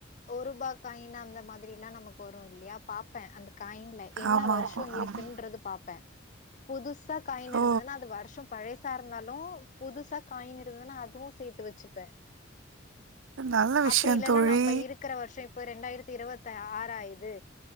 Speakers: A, on the left; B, on the right.
A: ஒரு ரூபா காயின் அந்த மாதிரி எல்லா நமக்கு வரு இல்லையா பாப்பே அந்த காயின்ல என்ன
B: ஆமா
A: வருஷோ
B: ஆமா
A: இருக்குன்றது
B: ஆமா
A: பாப்பே புதுசா காயின்
B: ஓ
A: இருந்ததுன்னா அது வருஷம் பழைசார் இருந்தாலு புதுசா காயின்னு இருந்ததுன்னா அதுவு சேத்து வெச்சுப்பே
B: நல்ல விஷயம்
A: அப்டி இல்லன்னா
B: தோழி
A: நம்ம இருக்கிற வருஷம் இப்ப ரெண்டாயிரத்தி இருவத்தி ஆறா இது